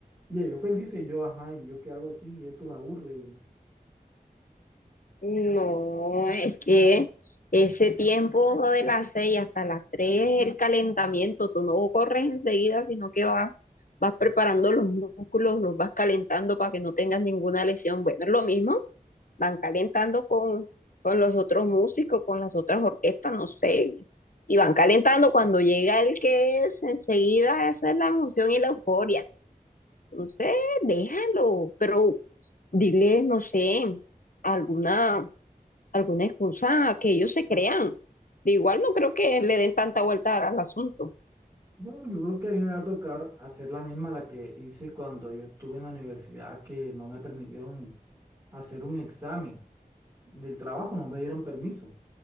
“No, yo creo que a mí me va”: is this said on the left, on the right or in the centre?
Right